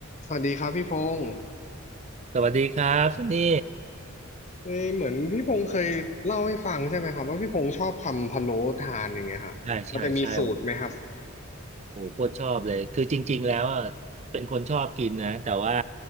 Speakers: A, on the left; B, on the right.
A: สวัสดีครับพี่พงศ์
B: สวัสดีครับซันนี่
A: เอ้ยเหมือนพี่พงศ์เคยเล่าให้ฟังใช่ไหมครับว่าพี่พงศ์ชอบทำพะโล้ทานอย่างเงี้ยฮะมันจะมีสูตรไหมครับ
B: ใช่ใช่ใช่โอ้โหโคตรชอบเลยคือจริงๆแล้วอะเป็นคนชอบกินนะแต่ว่า